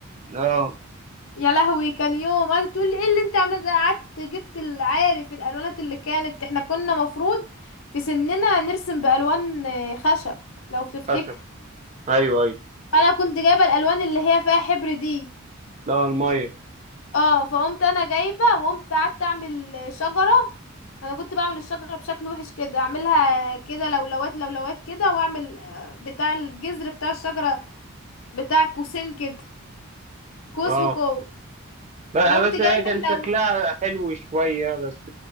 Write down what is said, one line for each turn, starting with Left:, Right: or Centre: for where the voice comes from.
Right: اه
Left: يا لهوي كان يوم قعدت تقول لي ايه اللي انت عامله ده قعدت جبت العارف الالوانات اللي كانت احنا كنا مفروض في سننا نرسم بالوان آه، خشب لو تفتكر
Right: فشل أيوه أيوه
Left: انا كنت جايبه الالوان اللي هي فيها حبر دي
Right: لا المية
Left: اه فقمت انا جايبه وقمت قعدت اعمل شجره انا كنت بعمل الشجره بشكل وحش كده اعملها كده لولوات لولوات كده واعمل آه، بتاع الجذر بتاع الشجره بتاع قوسين كده قوس
Right: اه
Left: وقوس
Right: بس
Left: وقمت
Right: آه، بس
Left: جايبه
Right: هي كان شكلها
Left: لو
Right: حلو شوية بس